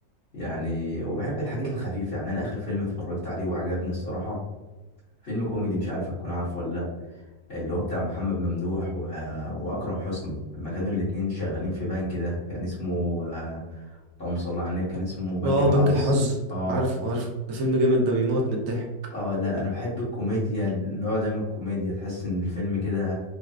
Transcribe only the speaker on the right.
اه
بنك الحظ
عارفه عارفه ده فيلم جامد ده بيموت من الضحك